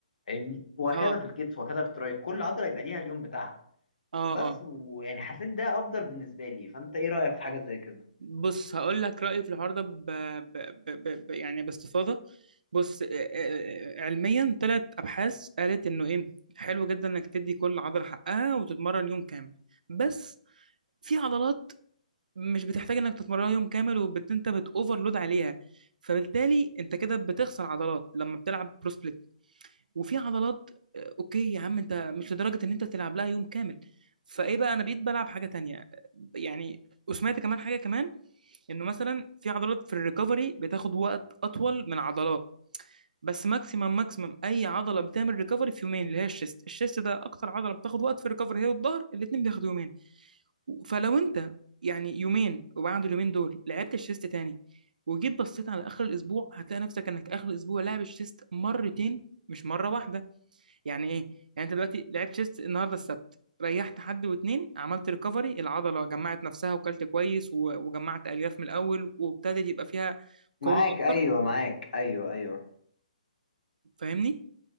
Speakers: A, on the left; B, on the right.
A: فاهمني وهكذا
B: اه
A: في الكتف وهكذا في التراي كل عضله يبقى ليها اليوم بتاعها
B: اه
A: بس
B: اه
A: ويعني حسيت ده افضل بالنسبه لي فانت ايه رايك في حاجه زي كده
B: بص هقول لك رايي في الحوار ده ب... ب... ب... ب... ب- يعني باستفاضه بص آه، آه، آه، علميا تلات ابحاث قالت انه ايه حلو جدا انك تدي كل عضله حقها وتتمرن يوم كامل بس في عضلات مش بتحتاج انك تتمرنها يوم كامل وانت بتوفرلود عليها فبالتالي انت كده بتخسر عضلات لما بتلعب برو وفي عضلات آه، اوكي يا عم انت مش لدرجه ان انت تلعب لها يوم كامل فايه بقى انا بقيت بلعب حاجه تانية يعني وسمعت كمان حاجه كمان انه مثلا في عضلات في الريكفري بتاخد وقت اطول من عضلات بس ماكسيمم ماكسيمم اي عضله بتعمل ريكفري في يومين اللي هي الشيست الشيست ده اكتر عضله بتاخد وقت في الريكفري هي والظهر الاثنين بياخدوا يومين فلو انت يعني يومين وبعد اليومين دول لعبت الشيست تاني وجيت بصيت على اخر الاسبوع هتلاقي نفسك انك اخر الاسبوع لاعب الشيست مرتين مش مره واحده يعني ايه يعني انت دلوقتي لعبت تشيست النهارده السبت ريحت حد واتنين عملت ريكفري العضله جمعت نفسها وكلت كويس و- وجمعت الياف من الاول وابتدت يبقى فيها
A: معاك
B: قوه اكتر
A: ايوه معاك ايوه ايوه
B: فاهمني